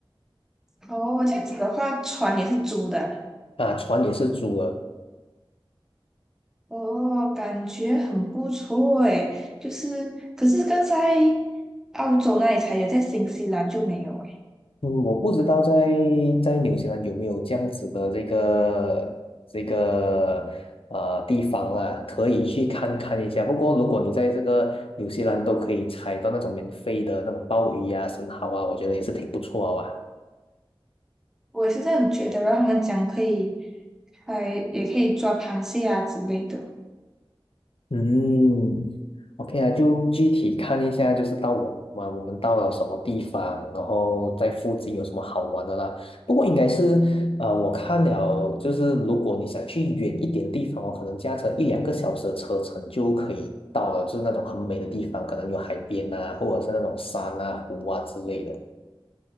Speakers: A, in the centre; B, on the left (about 80°).
A: 哦，这样子的话，船也是租的啊
B: 啊，船也是租的。
A: 哦，感觉很不错诶。就是，可是个在澳洲那里才有，在新西兰就没有诶。
B: 嗯，我不知道在在纽西兰有没有这样子的这个这个呃地方啦，可以去看看一下。不过如果你在这个纽西兰都可以采到那种免费的那种鲍鱼啊、生蚝啊，我觉得也是挺不错啊。
A: 我也是这样觉得，然后他们讲可以，哎，也可以抓螃蟹啊之类的。
B: 嗯，OK 啊，就具体看一下，就是到我们我们到了什么地方，然后在附近有什么好玩的啦。不过应该是，呃，我看了，就是如果你想去远一点的地方哦，可能驾车一两个小时的车程就可以到了，就是那种很美的地方，可能有海边啊，或者是那种山啊、湖啊之类的。